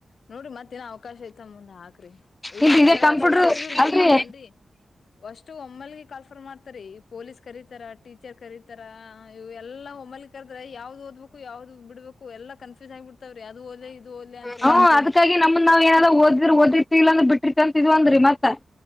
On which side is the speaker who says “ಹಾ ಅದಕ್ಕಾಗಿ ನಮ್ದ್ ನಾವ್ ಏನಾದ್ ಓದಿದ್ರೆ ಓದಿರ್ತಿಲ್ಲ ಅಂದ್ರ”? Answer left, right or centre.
Left